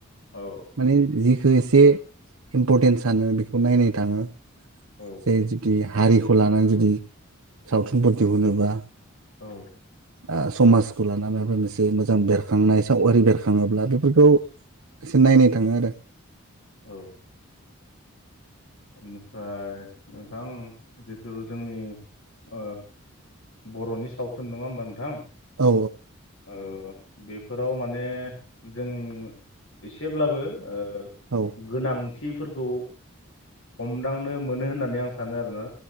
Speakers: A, on the left; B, on the right.
A: औ
B: माने जि बेखौ एसे इम्परटेन्स सानो बेखौ नायनो थाङो।
A: औ
B: <unintelligible> जुदि हारिखौ लानानै जुदि सावथुनफोर दिहुनोबा।
A: औ
B: ओ समाजखौ लाना मायबा मोनसे मोजां बेरखांनाय सावगारि बेरखाङोब्ला बेफोरखौ एसे नायनो थाङो आरो
A: औ बेनिफ्राय नोंथां जिथु जोंनि ओ बर'नि सावथुन नङा होमबा नोंथां?
B: औ
A: ओ बेफोराव माने जों एसेब्लाबो ओ
B: औ
A: गोनांथिफोरखौ मोनदांनो मोनो होननानै आं <unintelligible> सानो आरोना